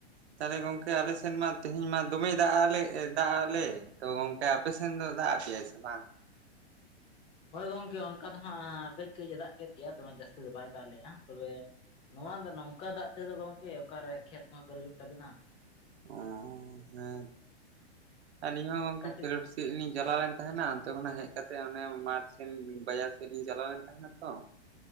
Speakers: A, on the right; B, on the left.
A: ᱛᱟᱦᱚᱞᱮ ᱜᱚᱝᱠᱮ ᱟᱞᱮ ᱥᱮᱱ ᱢᱟ ᱛᱮᱦᱮᱧ ᱢᱟ ᱫᱚᱢᱮ ᱫᱟᱜ ᱟᱜ ᱞᱮ ᱫᱟᱜ ᱟᱜ ᱞᱮ ᱛᱚ ᱜᱚᱢᱠᱮ ᱟᱯᱮ ᱥᱮᱱ ᱫᱚ ᱫᱟᱜ ᱠᱮᱫ ᱟᱭ ᱥᱮ ᱵᱟᱝ
B: ᱦᱳᱭ ᱜᱚᱢᱠᱮ ᱚᱱᱠᱟ ᱫᱚ ᱦᱟᱸᱜ ᱠᱟᱹᱡ ᱠᱟᱹᱡᱼᱮ ᱮᱫᱟᱜ ᱠᱮᱫ ᱜᱮᱭᱟ ᱫᱚᱢᱮ ᱡᱟᱹᱥᱛᱤ ᱵᱟᱭ ᱫᱟᱜ ᱞᱮᱜᱼᱟ ᱛᱚᱵᱮ ᱱᱚᱣᱟ ᱫᱚ ᱱᱚᱝᱠᱟ ᱫᱟᱜ ᱱᱚᱛᱮ ᱫᱚ ᱜᱚᱢᱠᱮ ᱚᱠᱟᱨᱮ ᱠᱷᱮᱛ ᱦᱚᱸ ᱯᱮᱨᱮᱡᱚᱜ ᱛᱟᱵᱤᱱᱟ
A: ᱚ ᱦᱮᱸ ᱟᱹᱞᱤᱧ ᱦᱚᱸ ᱜᱚᱝᱠᱮ
B: ᱠᱟᱹᱴᱤᱡ
A: <inaudible> ᱠᱟ. ᱡ ᱞᱤᱧ ᱪᱟᱞᱟᱣ ᱞᱮᱱ ᱛᱟᱦᱮᱸᱱᱟ ᱚᱱᱛᱮ ᱠᱷᱚᱱᱟᱜ ᱦᱮᱡ ᱠᱟᱛᱮ ᱚᱱᱮ ᱢᱟᱴᱷ ᱥᱮᱱ ᱵᱟᱡᱟᱨ ᱥᱮᱫ ᱞᱤᱧ ᱪᱟᱞᱟᱣ ᱞᱮᱱ ᱛᱟᱦᱮᱸᱱᱟ ᱛᱚ <unintelligible>